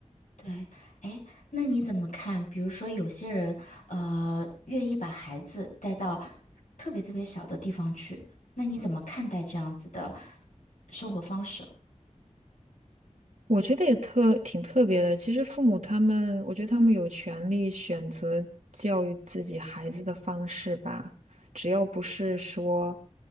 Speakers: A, on the left (about 85°); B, on the right (about 70°).
A: 对，哎，那你怎么看？比如说，有些人呃，愿意把孩子带到特别特别小的地方去，那你怎么看待这样子的生活方式？
B: 我觉得也特挺特别的。其实父母他们，我觉得他们有权利选择教育自己孩子的方式吧，只要不是说